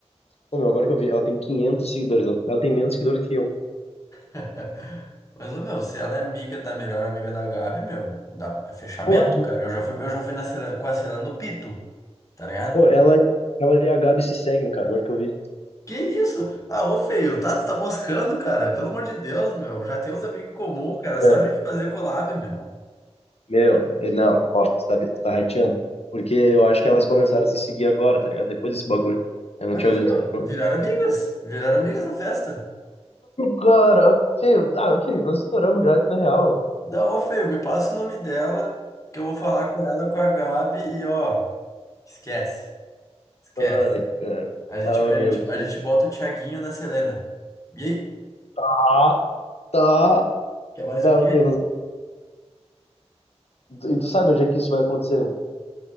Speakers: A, on the left (about 65°); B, on the left (about 30°).
A: Pô, meu, agora que eu vi, ela tem 500 seguidores. Ela ela tem menos seguidor que eu.
B: <laughs> Mas, ô, meu, se ela é amiga da melhor amiga da Gabi, meu, dá, é fechamento,
A: Pô,
B: cara. Eu já fui, eu já fui na Selena, com a Selena no Pito, tá ligado?
A: pô, ela, ela e a Gabi se seguem, cara, agora que eu vi.
B: Que isso? Ah, ô, feio, tá, tu tá moscando, cara. Pelo amor de Deus, meu. Já tem uns amigos em comum, cara. Só
A: É,
B: a gente fazer collab, meu.
A: Meu, eu- não, ó, você tá, vi- você tá rateando. Porque eu acho que elas começaram a se seguir agora, tá ligado? Depois desse bagulho. Eu não
B: Aí,
A: tinha visto.
B: ó,
A: Mano,
B: viraram amigas. Viraram amigas na festa.
A: Cara, filho, ah, filho, nós estouramos já, isso é real.
B: Da ó, feio, me passa o nome dela, que eu vou falar com ela, com a Gabi, e ó, esquece, esquece.
A: Ai, cara.
B: A gente,
A: Ah,
B: a
A: meu,
B: gente,
A: que...
B: a gente bota o Thiaguinho na Selena. E aí?
A: Ah, tá.
B: Quer mais
A: Não,
B: o quê?
A: filho, nós- e tu sabe onde é que isso vai acontecer?